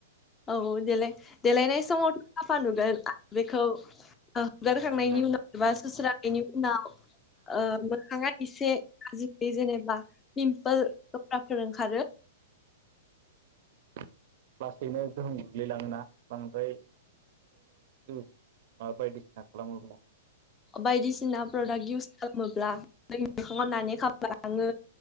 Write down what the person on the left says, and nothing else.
औ औ देलाय-देलायनाय समावथ' साफा नुगोन आरो बेखौ हुगारखांनायनि
उनाव एबा सुस्रांनायनि उनाव ओ मोखाङा एसे बे जोंनो पिम्पोल दफ्रा फोर ओंखारो
अ बायदिस सिना प्रदाक इउस खालामोब्ला जोंनि मोखाङाव नानेखा बाङो